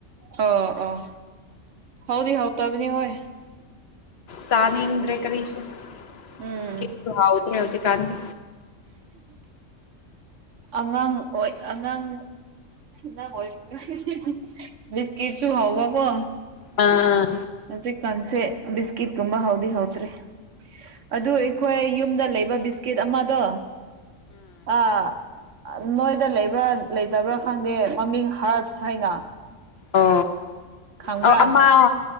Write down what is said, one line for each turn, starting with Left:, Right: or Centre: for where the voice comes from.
Right: ꯑꯣ ꯑꯣ ꯍꯥꯎꯗꯤ ꯍꯥꯎ ꯇꯕꯅꯤ ꯍꯣꯏ
Left: ꯆꯥꯅꯤꯡꯗꯔ꯭ꯦ ꯀꯔꯤꯁꯨ
Right: ꯎꯝ
Left: ꯕꯤꯁꯀꯤꯠꯁꯨ ꯍꯥꯎꯇꯔ꯭ꯦ ꯍꯧꯖꯤꯛꯀꯥꯟꯗꯤ
Right: ꯑꯉꯥꯡ ꯑꯣꯏ ꯑꯉꯥꯡ ꯅꯪ ꯋꯔꯤꯁꯤꯗꯤ ꯕꯤꯁꯀꯤꯠꯁꯨ ꯍꯧꯕꯀꯣ
Left: ꯑꯥ
Right: ꯍꯧꯖꯤꯛ ꯀꯟꯁꯦ ꯕꯤꯁꯀꯤꯠꯒꯨꯝꯕ ꯍꯥꯎꯗꯤ ꯍꯥꯎꯇ꯭ꯔꯦ ꯑꯗꯨ ꯑꯩꯈꯣꯏ ꯌꯨꯝꯗ ꯂꯩꯕ ꯕꯤꯁꯀꯤꯠ ꯑꯃꯗꯣ ꯑꯥ ꯅꯣꯏꯗ ꯂꯩꯕ꯭ꯔꯥ ꯂꯩꯇꯕ꯭ꯔꯥ ꯈꯪꯗꯦ ꯃꯃꯤꯡ ꯍꯥꯔꯞꯁ ꯍꯥꯏꯅ
Left: ꯑꯣ
Right: ꯈꯪꯕ꯭ꯔꯥ
Left: ꯑꯧ ꯑꯃ ꯑꯥꯎ